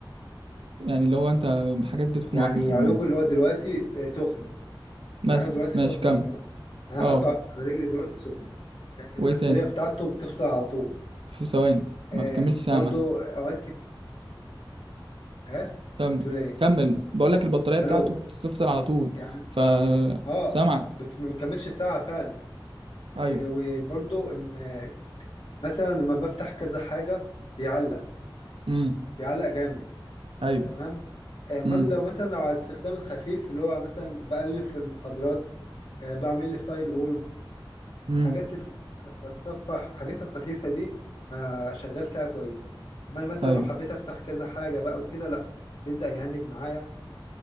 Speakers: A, on the right; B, on the left.
A: يعني اللي هو انت حاجات بتخنقك
B: يعني
A: مثلا
B: عيوبه
A: منه
B: اللي هو دلوقتي آه، سخن
A: مثلا
B: يعني هو دلوقتي
A: ماشي
B: سخن
A: كمل
B: اصلا انا
A: اه
B: حاطه على رجلي دلوقتي سخن آه، البطاريه
A: وايه تاني
B: بتاعته بتفصل على طول
A: في ثواني ما
B: آه
A: بتكملش ساعة
B: برضو
A: مثلا
B: اوقات كت... اه
A: كمل
B: تقول ايه
A: كمل بقول لك البطارية بتاعته
B: الو
A: بتفصل على طول
B: يعني
A: ف
B: اه
A: سامعك
B: بت... ما بتكملش ساعه فعلا آه،
A: ايوه
B: وبرضو ان آه، مثلا لما بفتح كذا حاجة بيعلق
A: امم
B: بيعلق جامد
A: ايوه
B: تمام آه، امال
A: امم
B: لو مثلا لو على استخدام الخفيف اللي هو مثلا بألف في المحاضرات آه، بعمل لي فايل وورد
A: امم
B: حاجات الخ- بتصفح حاجات الخفيفة دي آه، شغال فيها كويس امال مثلا
A: ايوه
B: لو حبيت افتح كذا حاجة بقى وكده لا بيبدأ يهنج معايا